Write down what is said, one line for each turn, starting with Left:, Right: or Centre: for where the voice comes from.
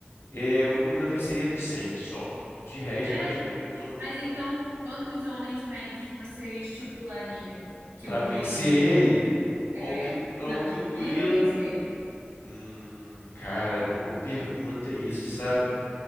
Left: é, o gorila venceria dos 100, só. De resto,
Right: Sério?
Left: eu acho que os hom-
Right: Mas então, quantos homens médios você estipularia que
Left: pra
Right: o gorila
Left: vencer
Right: venceria?
Left: ele, ou que, o- ou
Right: Não,
Left: que
Right: pro
Left: o
Right: gorila
Left: gorila.
Right: vencer.
Left: Hum, cara, boa pergunta isso, sabe?